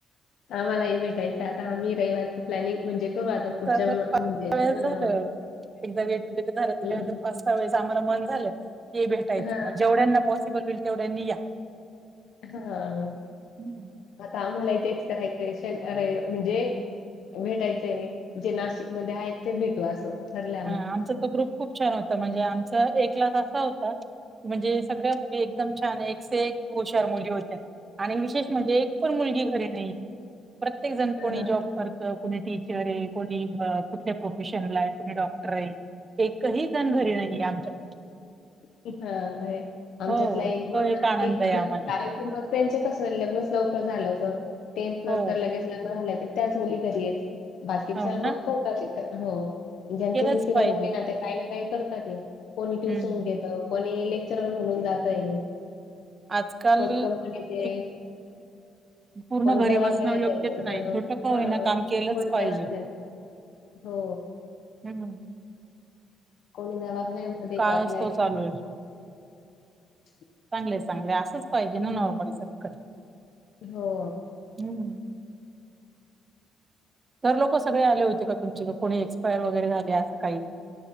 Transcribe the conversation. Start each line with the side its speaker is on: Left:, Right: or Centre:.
Left: आम्हालाही भेटायचं आता, आम्ही रविवारचं प्लॅनिंग म्हणजे करू आता पुढच्या
Right: <unintelligible>
Left: म
Right: पा
Left: म्हणजे हां.
Right: वेळेस झालं एकदा वेट तर झालं त्याच्यानंतर
Left: हं.
Right: पास <unintelligible> या वेळेस आम्हाला मन झालं, की भेटायचं
Left: हां.
Right: मग जेवढ्यांना पॉसिबल होईल तेवढ्यांनी या
Left: हां.
Right: हम्म.
Left: आता आम्हाला हि तेच करायच, शनिवारी म्हणजे भेटायचंय, जे नाशिक मध्ये आहेत, ते भेट लं असं ठरलं.
Right: हा आमचा तो ग्रुप खूप छान होता, म्हणजे आमच एक् लास असा होता म्हणजे सगळ्या मुली एकदम छान एके से एक हुशार मुली होत्या आणि विशेष म्हणजे एक पण मुलगी घरी नहीे. प्रत्येक जण
Left: हां.
Right: कोणी जॉब करत, कोणी टीचर ये, कोणी कुठल्या प्रोफेशनला ये डॉक्टर ये, एकही जण घरी नहीे, आमच्यापैकी.
Left: <unintelligible> हा अरे आमच्यातला
Right: हो
Left: एक दोन
Right: तो आनंद आहे आम्हाला
Left: द कार <unintelligible> <unintelligible> त्यांचे कस लग्न लवकर झालं होतं, टेंथ
Right: हो
Left: नंतर लगेच लग्न झालेत त्याच मुली घरी येत, बाकीच्या
Right: हो
Left: मग
Right: ना
Left: करतात, हॊ. ज्यांचे
Right: केलंच
Left: उशिरा
Right: पाहिजे
Left: झाले ना, ते काही ना काही करतात ते, कोणी ट्युशन
Right: हम्म
Left: घेत कोणी लेक्चर म्हणून जातय.
Right: आजकाल
Left: कोण कंपनीत ये.
Right: एक पूर्ण
Left: कोणी
Right: घरी
Left: दवाखाण्यात
Right: बसणं योग्यच
Left: ये, अ
Right: नाही छोटं का होईना
Left: हं,
Right: काम केलंच
Left: कोणी
Right: पाहिजे
Left: दवाखान्यात हो.
Right: ह्हम्म.
Left: कोणी दवाखान्यामध्ये
Right: काळच
Left: जॉबला
Right: तो चालू
Left: <unintelligible>
Right: चांगलय, चांगल असंच पाहिजे
Left: हं,
Right: ना, नॉर्मली सगळीकड.
Left: हो.
Right: हम्म. सर लोक सगळे आले होते का तुमचे, क कोणी एक्सपायर वगैरे झाले असं काही?